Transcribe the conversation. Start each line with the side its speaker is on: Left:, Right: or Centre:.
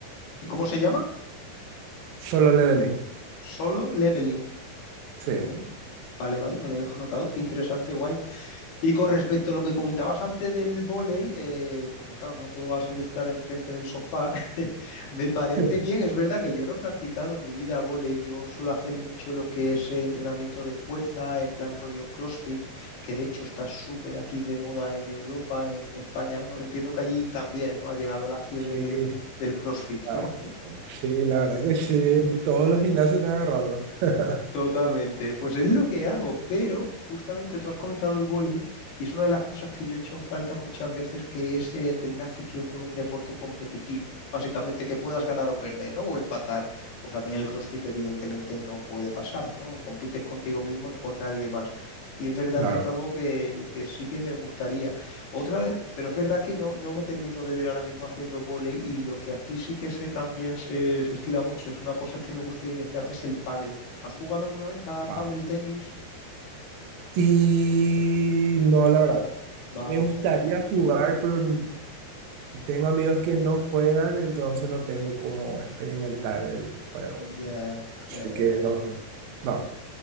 Left: ¿Y cómo
Right: Sí.
Left: se llama?
Right: Solo Leveling,
Left: Solo Leveling.
Right: sí.
Left: ¿Vale? Vale, vale, me lo dejo anotado. Qué interesante, guay. Y con respecto a lo que comentabas antes del vóley, eh, porque claro, no todo va a ser estar enfrente del sofá, <laughs> me parece
Right: <laughs>
Left: bien, es verdad que yo no he practicado en mi vida vóley, yo suelo hacer mucho lo que es eh, entrenamiento de fuerza en plan rollo CrossFit, que de hecho está súper aquí de moda en Europa, en España, ¿no? Entiendo que allí también, ¿no? Ha llegado la fiebre
Right: Sí,
Left: de, del CrossFit,
Right: ah,
Left: ¿no?
Right: sí, la verdad que sí, en todos los gimnasios están agarrando. <laughs>
Left: Totalmente, pues es lo que hago, pero justamente tú has comentado el vóley y es una de las cosas que yo he hecho en falta muchas veces, que es eh, tener afición por un deporte competitivo, básicamente que puedas ganar o perder, ¿no? O empatar, cosa que en el CrossFit evidentemente no puede pasar, ¿no? Compites contigo mismo, no con nadie más. Y es verdad
Right: Claro.
Left: que es algo que, que sí que me gustaría. Otra de- pero es verdad que no, no me termino de ver ahora mismo haciendo vóley y lo que aquí sí que sé también se, se estila mucho, es una cosa que me gustaría iniciarme, es el pádel. ¿Has jugado alguna vez a pádel
Right: Ah.
Left: tenis?
Right: Y no, la verdad.
Left: Va,
Right: Me
Left: va,
Right: gustaría
Left: va.
Right: jugar, pero tengo amigos que no juegan, entonces no tengo cómo experimentar el juego.
Left: Ya,
Right: Así
Left: ya,
Right: que
Left: ya,
Right: no, no,